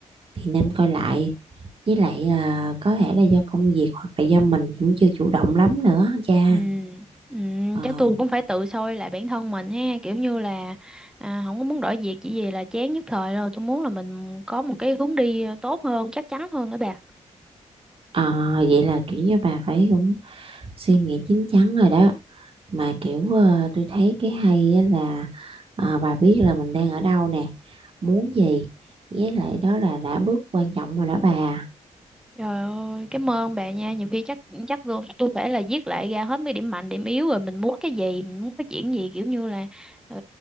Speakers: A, on the right; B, in the centre.
A: thì nên coi lại với lại là có thể là do công việc hoặc là do mình cũng chưa chủ động lắm nữa cha
B: Ừ, ừ,
A: ờ
B: chắc tôi cũng phải tự soi lại bản thân mình ha, kiểu như là à, không có muốn đổi việc chỉ vì là chán nhất thời rồi, tôi muốn là mình có một cái hướng đi tốt hơn, chắc chắn hơn đó bà.
A: Ờ, vậy là kiểu như bà phải cũng suy nghĩ chín chắn rồi đó mà kiểu ờ, tôi thấy cái hay á là ờ, bà biết là mình đang ở đâu nè muốn gì với lại đó là đã bước quan trọng rồi đó bà
B: Trời ơi, cảm ơn bà nha. Nhiều khi chắc chắc tôi, tôi phải là viết lại ra hết mấy điểm mạnh, điểm yếu rồi mình muốn cái gì, mình muốn phát triển gì kiểu như là ờ,